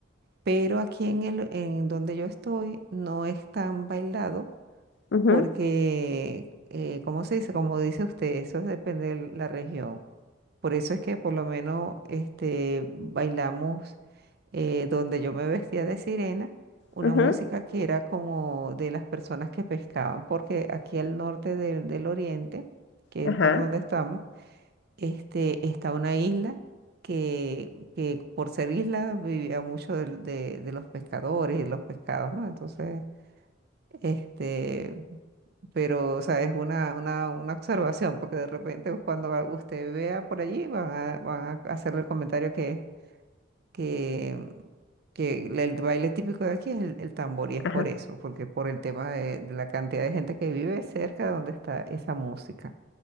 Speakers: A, on the right (about 55°); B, on the left (about 60°).
A: pero aquí en el, en donde yo estoy, no es tan bailado
B: Ujú,
A: porque, eh, ¿cómo se dice? Como dice usted, eso depende de la región. Por eso es que por lo menos este, bailamos eh, donde yo me vestía de sirena, una
B: ujú,
A: música que era como de las personas que pescaban, porque aquí al norte del, del oriente, que
B: ajá,
A: es por donde estamos, este, está una isla que, que por ser isla vivía mucho del- de, de los pescadores y de los pescados, ¿no? Entonces... Este, pero, o sea, es una, una, una observación, porque de repente cuando a- usted vea por allí, van a, van a hacerle el comentario que, que, mm, que el baile típico de aquí es el, el tambor, y es
B: ajá.
A: por eso, porque por el tema de, de la cantidad de gente que vive cerca de donde está esa música.